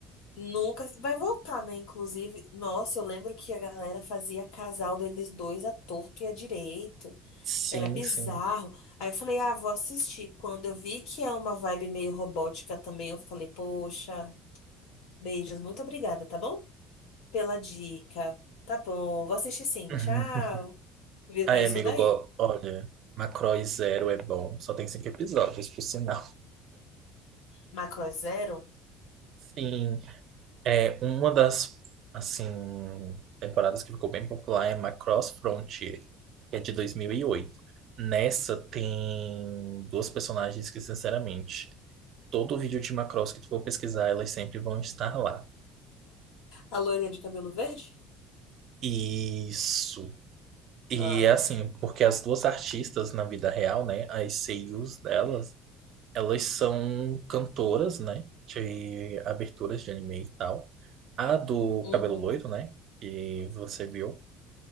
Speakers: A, on the left; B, on the right.
A: Nunca vai voltar, né? Inclusive, nossa, eu lembro que a galera fazia casal deles dois à torto e à direita.
B: Sim,
A: Era bizarro.
B: sim.
A: Aí eu falei, ah, vou assistir. Quando eu vi que é uma vibe meio robótica também, eu falei, poxa, beijos, muito obrigada, tá bom? Pela dica. Tá bom, vou assistir sim,
B: <laughs>
A: tchau. Virou
B: Ai,
A: isso
B: amigo,
A: daí.
B: eu go- olha, Macross Zero é bom. Só tem cinco episódios, por sinal.
A: Macro é Zero?
B: Sim, é uma das, assim, temporadas que ficou bem popular é Macross Frontier, que é de 2008. Nessa tem duas personagens que, sinceramente, todo vídeo de Macross que tu for pesquisar, elas sempre vão estar lá.
A: A loirinha de cabelo verde?
B: Isso. E
A: Ah,
B: é assim, porque as duas artistas na vida real, né, as seiyus delas, Elas são cantoras, né? De aberturas de anime e tal. A do
A: uhum,
B: cabelo loiro, né? Que você viu.